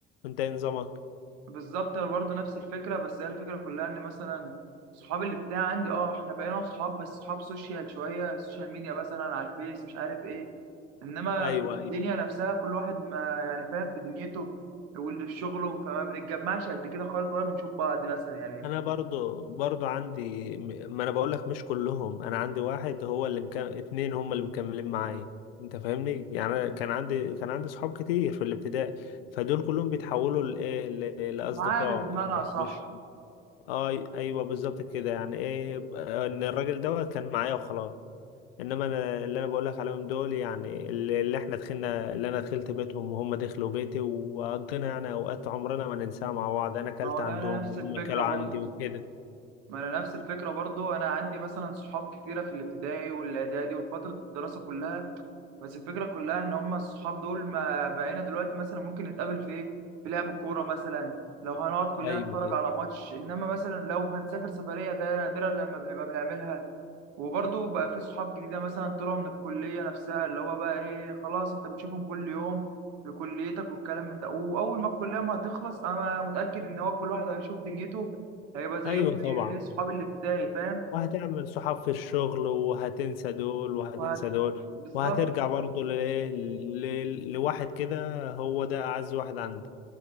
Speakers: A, on the left; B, on the right.
A: انت إيه نظامك
B: بالظبط انا برضه نفس الفكره بس هي الفكره كلها ان مثلا صحاب الابتدائي عندي اه احنا بقينا صحاب بس صحاب سوشيال شويه سوشيال ميديا مثلا على الفيس مش عارف ايه انما
A: ايوه
B: في الدنيا
A: ايوه
B: نفسها كل واحد ما يعني فاهم في دنيته واللي في شغله فما بنتجمعش قد كده خالص ولا بنشوف بعض مثلا يعني
A: انا برضو برضو عندي م- ما انا بقول لك مش كلهم انا عندي واحد هو اللي مكمل اتنين هم اللي مكملين معايا انت فاهمني يعني أنا كان عندي كان عندي صحاب كتير في الابتدائي فدول كلهم بيتحولوا لايه ل- لاصدقاء
B: عارف بمعنى
A: يعني
B: صح
A: مش اي ايوه بالظبط كده يعني ايه ب- ان الراجل دوت كان معايا وخلاص انما انا اللي انا بقول لك عليهم دول يعني اللي اللي احنا دخلنا اللي انا دخلت بيتهم وهم دخلوا بيتي وقضينا يعني اوقات عمرنا ما ننساها مع بعض انا اكلت
B: ما هو
A: عندهم
B: انا نفس
A: وهم
B: الفكره
A: اكلوا
B: برضه
A: عندي وكده
B: ما انا نفس الفكره برضه انا عندي مثلا صحاب كتيره في الابتدائي والاعدادي والفتره الدراسه كلها بس الفكرة كلها إن هما الصحاب دول ما بقينا دلوقتي مثلا ممكن نتقابل في إيه؟ في لعب الكورة مثلا لو هنقعد كلنا
A: ايوه
B: نتفرج
A: ايوه
B: على ماتش إنما مثلا لو هنسافر سفرية ده نادرا لما بنبقى بنعملها وبرضه بقى في صحاب جديدة مثلا طلعوا من الكلية نفسها اللي هو بقى إيه خلاص أنت بتشوفهم كل يوم في كليتك والكلام من ده وأول ما الكلية ما هتخلص أنا متأكد إن هو كل واحد هيشوف دنيته هيبقى زيهم
A: ايوه طبعا
B: زي إيه صحاب الابتدائي فاهم
A: وهتعمل صحاب في الشغل وهتنسى دول وهتنسى
B: وهت
A: دول
B: بالظبط
A: وهترجع برضه لايه ل- لواحد كده هو ده اعز واحد عندك